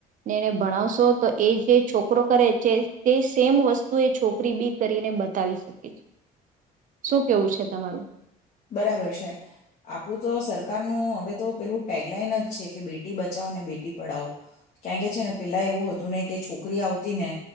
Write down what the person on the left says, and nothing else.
બરાબર છે આપડું તો સરકારનું હવે તો પેલું ટેગલાઈન જ છે કે બેટી બચાવો બેટી પડાવો કં કે છે ને પેલા એવું હતું ને કે છોકરી આવતી ને